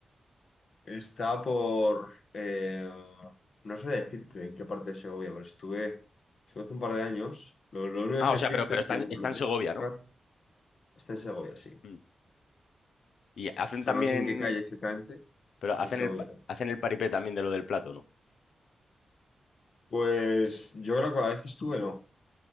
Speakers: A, on the left; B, on the left.
A: Está por, eh, no sé decirte en qué parte de Segovia, pero estuve, estuve hace un par de años. Lo, lo único
B: Ah,
A: que sé
B: o sea,
A: decirte
B: pero, pero
A: es
B: está,
A: que
B: en,
A: lo
B: está en
A: puedes
B: Segovia,
A: buscar,
B: ¿no?
A: está en Segovia, sí.
B: Mm. Y hacen
A: O sea,
B: también,
A: no sé en qué calle exactamente,
B: pero hacen
A: en Segovia.
B: el, pa- hacen el paripé también de lo del plato, ¿no?
A: Pues yo creo que la vez que estuve, no.